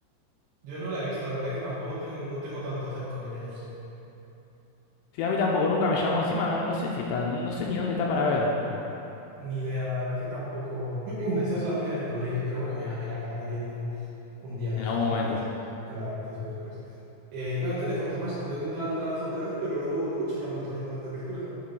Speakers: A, on the right (about 70°); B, on the left (about 80°).
A: Yo no la he visto, la verdad que tampoco tengo, no tengo tanto hype con ella, no sé.
B: Sí, a mí tampoco, nunca me llamó encima, no, no sé si está, no sé ni dónde está para ver, creo.
A: Ni idea, la verdad que tampoco. <clears throat> Esa es la única que no le. Pero bueno, me la, me la acabaré viendo un día de
B: en
A: estos
B: algún momento.
A: antes. Claro, antes o después. Eh, bueno, te dejo, Tomás, que tengo que entrar al trabajo otra vez, pero luego, luego charlamos otro rato más de película.